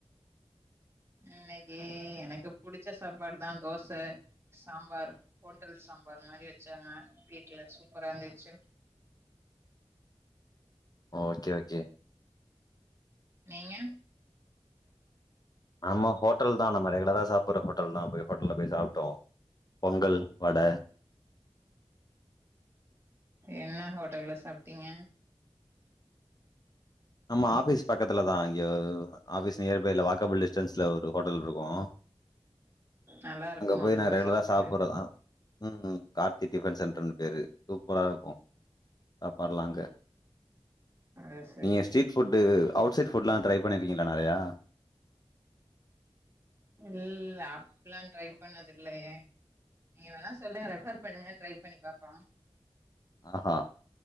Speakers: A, on the right (about 25°); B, on the left (about 40°).
A: இன்னைக்கி எனக்கு புடிச்ச சாப்பாடு தா தோசை சாம்பார் ஹோட்டல் சாம்பார் மாரி வச்சாங்க வீட்ல சூப்பரா இருந்துச்சு
B: ஓகே ஓகே
A: நீங்க
B: ஆமா ஹோட்டல் தா நம்ம ரெகுலரா சாப்புட்ற ஹோட்டல் தா போய் ஹோட்டல்ல போய் சாப்ட்டோ பொங்கல் வட
A: என்ன ஹோட்டல்ல சாப்ட்டீங்க
B: நம்ம ஆபீஸ் பக்கத் த்துல தா இங்க ஆபிஸ் நியர்பைல வாக்கபுள் டிஸ்டன்ஸ்ல ஒரு ஹோட்டல் இருக்கு
A: நல்லா இருக்குமா
B: அங்க போய் நா ரெகுலரா
A: சாப்பாடு
B: சாப்புட்றதா ம் கார்த்திக் டிஃபன் சென்டர்னு பேரு சூப் பராருக்கு சாப்பாட்லா அங்க
A: அஷ்
B: நீங்க ஸ்ட்ரீட் ஃபுட்டு அவுட்சைட் ஃபுட்லா ட்ரை பண்ணிருக்கீங்ளா நறையா
A: இல்ல அப்டில்லா ட்ரை பண்ணது இல்லயே நீங்க வேணா சொல்லுங்க ரெஃபர் பண்ணுங்க ட்ரை பண்ணி பாப்போ
B: ஆஹா